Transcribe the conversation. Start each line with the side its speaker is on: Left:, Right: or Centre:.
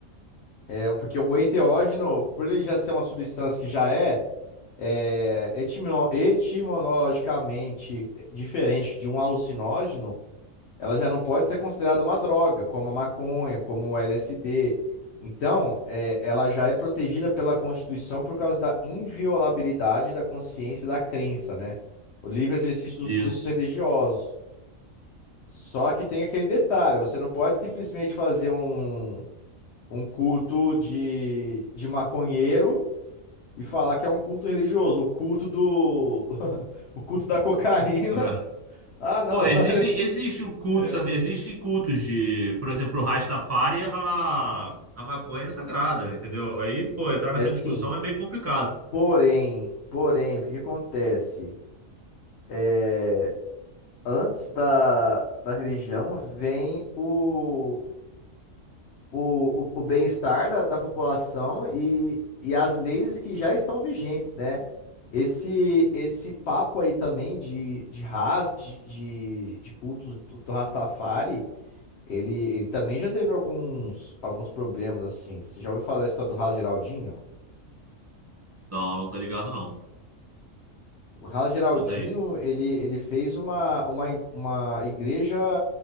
Left: É, porque o enteógeno, por ele já ser uma substância que já é, é, etimo- etimologicamente diferente de um alucinógeno, ela já não pode ser considerada uma droga, como a maconha, como o LSD. Então, é, ela já é protegida pela Constituição por causa da inviolabilidade da consciência e da crença, né? O livre exercício dos
Right: Isso.
Left: cultos religiosos. Só que tem aquele detalhe, você não pode simplesmente fazer um um culto de, de maconheiro e falar que é um culto religioso, o culto do <laughs> o culto da cocaína.
Right: É.
Left: Ah, não,
Right: Pô,
Left: <laughs> essa
Right: existem, existem cultos,
Left: é,
Right: sabe? Existem cultos de, por exemplo, o Rastafari, a, a maconha é sagrada, entendeu? Aí, pô, entrar
Left: é
Right: nessa
Left: sim.
Right: discussão é meio complicado.
Left: Porém, porém, o que que acontece? É, antes da, da religião vem o o, o, o bem-estar da, da população e, e as leis que já estão vigentes, né? Esse, esse papo aí também de, de Haas, de, de, de cultos do, do Rastafari, ele, ele também já teve alguns, alguns problemas, assim. Você já ouviu falar da história do Haas Geraldinho?
Right: Não, não tô ligado, não.
Left: O Haas Geraldinho,
Right: Conta aí.
Left: ele, ele fez uma, uma, uma igreja